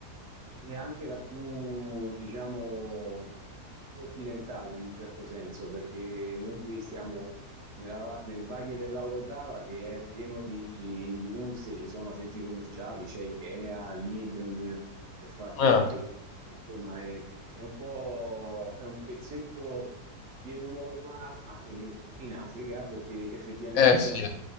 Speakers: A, on the right (about 50°); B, on the left (about 70°).
A: e anche la più, diciamo, più occidentale in un certo senso, perché noi qui stiamo nella va- nel Valle dell'Aurotava che è pieno di industrie, ci sono centri commerciali, c'è Ikea, Lidl, per farti
B: Ah,
A: qualche... Insomma, è, è un po' è un pezzetto di Europa, ma in, in Africa, perché effettivamente
B: eh
A: stiamo
B: sì,